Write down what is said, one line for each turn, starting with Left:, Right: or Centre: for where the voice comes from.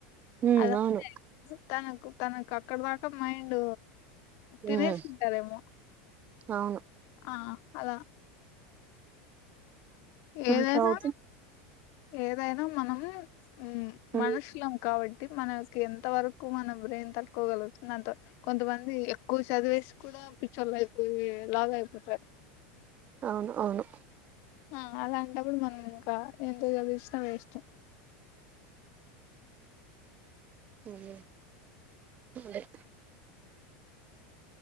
Right: ఉం
Left: అదంతే
Right: అవును
Left: తనకు తనకు అక్కడ దాకా మైండ్ తినేసీంటారేమో
Right: ఉమ్ అవును
Left: ఆ అదా ఏదైనా
Right: అట్లా అవుతుంది
Left: ఏదైనా మనం ఉం
Right: ఉమ్,
Left: మనషులం కాబట్టి మనకి ఎంత వరకు మన బ్రెయిన్ తట్టుకోగలుగుతుంది అంత కొంతమంది ఎక్కువ చదివేసి కూడా పిచ్చోలు అయిపోయి లాగా అయిపోతారు
Right: అవును అవును
Left: ఆ అలాంటప్పుడు మనం ఇంకా ఎంత చదివిచ్చీనా వేస్ట్
Right: అవునా అదే